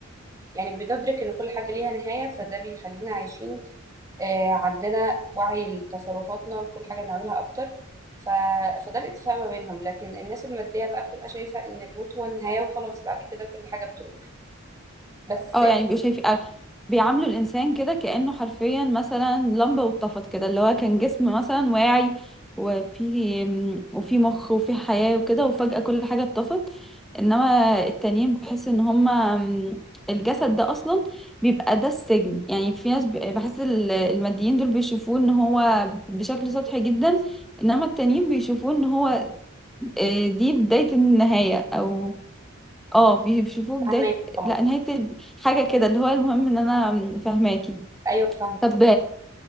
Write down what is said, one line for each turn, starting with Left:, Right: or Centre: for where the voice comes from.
Right: يعني بندرك إن كل حاجة ليها نهاية فده بيخلينا عايشين آه، عندنا وعي لتصرفاتنا وكل حاجة بنعملها أكتر ف... فده الاتفاق ما بينهم لكن الناس المادية بقى بتبقى شايفة إن الموت هو النهاية وخلاص بعد كده كل حاجة بتروح بس
Centre: اه يعني بيبقوا شايفين آه، بيعاملوا الانسان كده كانه حرفيا مثلا لمبه واتطفت كده اللي هو كان جسم مثلا واعي وفي وفي مخ وفي حياه وكده وفجاه كل حاجه اتطفت انما التانيين بحس ان هما م، الجسد ده اصلا بيبقى ده السجن يعني في ناس ب- بحس ال- الماديين دول بيشوفوه ان هو بشكل سطحي جدا انما التانيين بيشوفوه ان هو آه، دي بدايه النهايه او اه بيشوفوه
Right: فاهمك
Centre: بداية
Right: اه
Centre: لا نهاية ال- حاجة كده اللي هو المهم ان انا فاهماكي
Right: أيوه فاهمة
Centre: طب